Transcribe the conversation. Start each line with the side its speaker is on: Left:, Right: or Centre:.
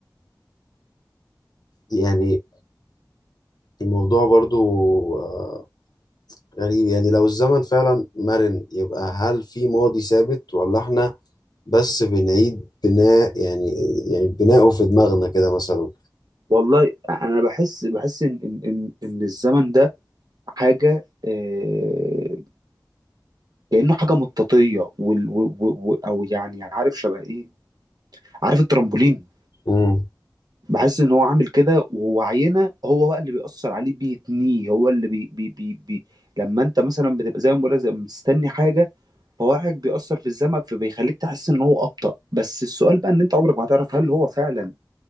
Left: يعني الموضوع برضو آه، غريب يعني لو الزمن فعلا مرن يبقى هل في ماضي ثابت ولا احنا بس بنعيد بناء يعني يعني بناءه في دماغنا كده مثلا
Right: والله انا بحس بحس ان ان ان, إن الزمن ده حاجه آه، كانه حاجه مطاطيه وال... و... و... و- او يعني عارف شبه ايه عارف الترامبولين
Left: مم.
Right: بحس ان هو عامل كده وهو عينه هو بقى اللي بيأثر عليه بيتنيه هو اللي بي بي بي بي لما انت مثلا بتبقى زي ما بقول لك زي- ما مستني حاجه فهو حاجه بيأثر في الزمن فبيخليك تحس ان هو ابطأ بس السؤال بقى ان انت عمرك ما هتعرف هل هو فعلا